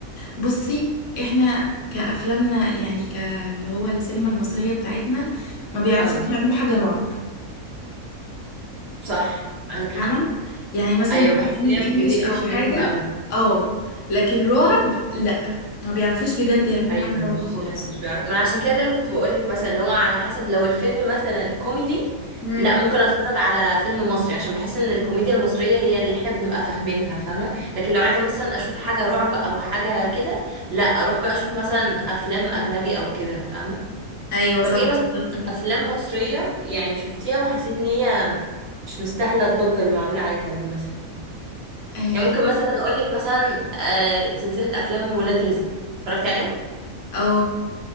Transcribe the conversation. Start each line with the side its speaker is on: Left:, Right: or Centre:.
Left: بصي احنا كأفلامنا يعني كاللي هو السينما المصرية بتاعتنا ما بيعرفوش
Right: او
Left: يعملوا حاجة رعب
Right: صح عندك
Left: فاهمة
Right: حق
Left: يعني مثلا
Right: ايوه
Left: الأفلام
Right: بحس ان
Left: الإنجليش
Right: هي بتقلش
Left: أو حاجة
Right: منهم قوي
Left: اه لكن رعب لأ ما بيعرفوش بجد يعملوا
Right: ايوه
Left: حاجة
Right: مش
Left: رعب خالص
Right: مش بيعرف ما انا عشان كده ده اللي كنت بقول لك مثلا اللي هو على حسب لو الفيلم مثلا كوميدي
Left: مم.
Right: لا ممكن اتفرج على فيلم مصري عشان بحس ان الكوميديا المصريه هي اللي احنا بنبقى فاهمينها فاهمه لكن لو عايزه مثلا اشوف حاجه رعب او حاجه كده لا اروح بقى اشوف مثلا افلام اجنبي او كده فاهمه
Left: أيوة
Right: طب
Left: صح
Right: ايه مثلا
Left: بالظبط كده
Right: افلام مصريه يعني شفتيها وحسيت ان هي مش مستاهله الضجه اللي معموله عليها دي مثلا
Left: آه،
Right: يعني ممكن مثلا اقول لك مثلا آه، سلسله افلام ولاد رزق اتفرجتي عليهم
Left: اه